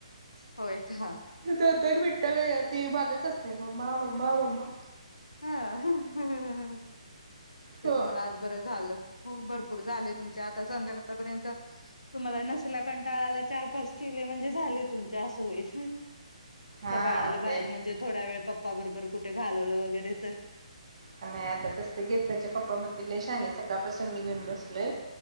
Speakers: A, on the left; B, on the right.
A: <unintelligible>
B: दोन दोन मिनटाला या ती मागच असतेय मम्मा मम्मा मम्मा
A: <unintelligible> ते
B: हो
A: तुम्हाला आज बरं झालं. हो, भरर पूर झाले तुमच्या आता संध्याकाळपर्यंत तुम्हाला नसला, कंटाळाला चार पाच केले म्हणजे झाले तुमच्या असं होईल.
B: हा
A: त्या बाळाला बाहेर
B: ते
A: म्हणजे थोडा वेळ पप्पा बरोबर कुठे घालवलं वगैरे बेहतर
B: नाही आता तस ते घेत. त्याचे पप्पा म्हणतील लई शहाणी आहेससकाळपासून मी घेऊन बस प्ले